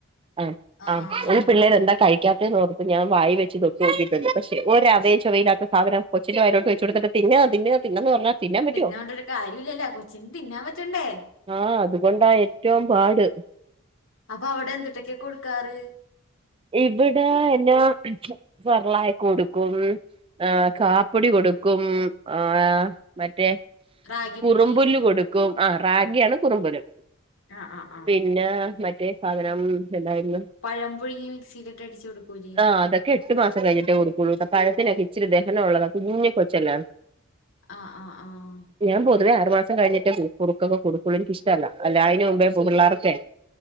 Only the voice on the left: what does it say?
ആഹ്
തിന്നാണ്ടൊരു കാര്യല്ലല്ലോ കൊച്ചിന് തിന്നാൻ പറ്റണ്ടേ
അപ്പൊ അവിടെ എന്തുട്ടൊക്കെ കൊടുക്കാറ്?
റാഗിപ്പൊടി
ആഹ് ആഹ് ആഹ്
പഴം പുഴുങ്ങി മിക്സിയിലിട്ട് അടിച്ച് കൊടുക്കൂല്ലേ
ആഹ ആഹ് ആഹ്